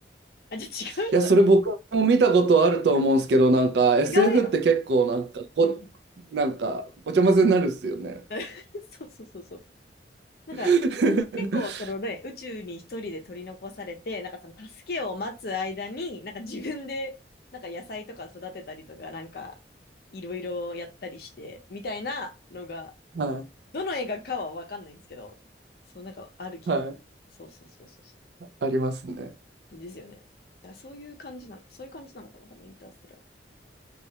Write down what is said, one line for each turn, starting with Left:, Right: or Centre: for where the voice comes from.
Left: あ、じゃあ違うのかな
Right: いや、それ僕も見たことあると思うんですけど、
Left: あ
Right: なんか SF
Left: 違うやろ。
Right: って結構なんかこ、
Left: うん。
Right: なんかごちゃ混ぜになるっすよね。
Left: <laughs> そうそうそうそう。なんか、
Right: <laughs>
Left: 結構、そのね、宇宙に一人で取り残されて、なんかその助けを待つ間に、なんか自分で、なんか野菜とか育てたりとか、なんか、いろいろやったりして、みたいなのが、
Right: は
Left: どの映画かはわかんないんですけど、そう、なんかある気が。
Right: い、はい、
Left: そうそうそうそうそ
Right: ありますね。
Left: う。ですよね。だからそういう感じなの、そういう感じなのかな、多分インターステラー。